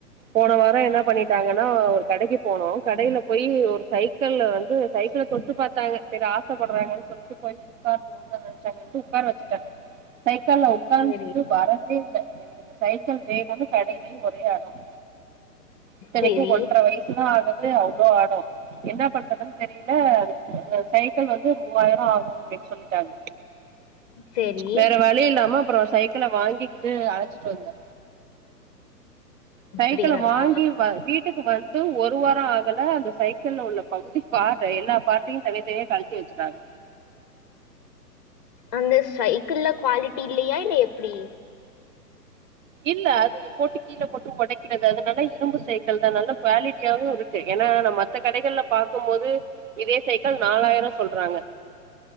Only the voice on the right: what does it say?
போன வார என்ன பண்ணிட்டாங்கனா ஒரு கடைக்கு போனோ கடைல போய் ஒரு சைக்கிள்ல வந்து சைக்கிள தொட்டு பாத்தாங்க செரி ஆச ப்பட்றாங்கன் சொல்ட்டு பைக் கார்லேலா கொண்டு வந்ட்டு உக்கார வச் சுட்டே சைக்கிள்ல உக்காந்துக்கிட்டு
வரவே வேல்ல சைக்கிள் வேணும்னு கடைலே ஒரே அடம் இத்தனைக்கு
ஒன்ர வயசுதா ஆகு இல்ல அவ்ளோ அட என்ன பண்றதுன் தெரியல அது அஹ் சைக்கிள் வந்து மூவாயிர ஆகு அப்டின் சொல்லிட்டாங்க
வேற வழி இல்லாம அப்றோ சைக்கிள வாங்கிக்கிட்டு அழச்சிட் டாங்க
சைக்கிள வாங்கி வா வீட் க்கு வந்து ஒரு வார ஆகல அந்த சைக்கிள்ல உள்ள பகுதி பார்ட எல்லா பா்டையு தனித்தனியா கழட்டி வச்சுட்டாங்க
இல்ல அது போட்டு கீழே போட்டு ஒடைக்கிறது அந்த கடைல இரும்பு சைக்கிள் நம்மளவிட குவாலிட்டியாவு இருக்கு ஏனா நா மத்த கடைகள்ல பாக்கும்போது இதே சைக்கிள் நாலாயிர சொல்றாங்க